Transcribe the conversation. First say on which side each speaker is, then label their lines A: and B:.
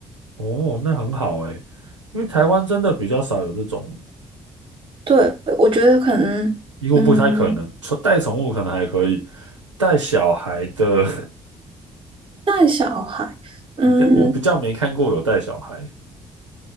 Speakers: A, on the right; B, on the right.
A: 哦，那很好诶，因为台湾真的比较少有这种，
B: 对，我觉得可能，
A: 几乎不太可能。
B: 嗯，
A: 宠带宠物可能还可以，带小孩的
B: 带小孩，
A: <laughs>
B: 嗯，
A: 比较，我比较没看过有带小孩。